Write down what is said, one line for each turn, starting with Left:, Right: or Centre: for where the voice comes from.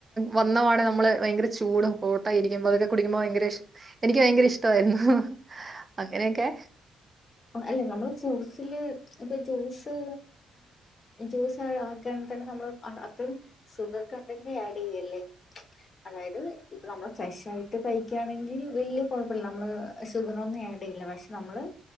Right: വന്നപാടെ നമ്മള് ഭയങ്കര ചൂടും ഹോട്ടായിരിക്കുമ്പോ അതൊക്കെ കുടിക്കുമ്പോ ഭയങ്കര എനിക്ക് ഭയങ്കര ഇഷ്ടായിരുന്നു അങ്ങനെയൊക്കെ
Left: അല്ല നമ്മള് ഫ്രൂട്സില് ഇപ്പ ജ്യൂസ് ജ്യൂസ് ആകാണ് തന്നെ നമ്മൾ അത് സുഗർ കൺടെന്റ് ആഡ് യ്യല്ലേ അതായത് ഇപ്പൊ നമ്മള് ഫ്രഷായിട്ട് കഴിക്കയാണെങ്കിൽ വെല്യേ കൊഴപ്പില്ല നമ്മള് സുഗറൊന്നും ആഡ് എയില്ല പക്ഷെ നമ്മള്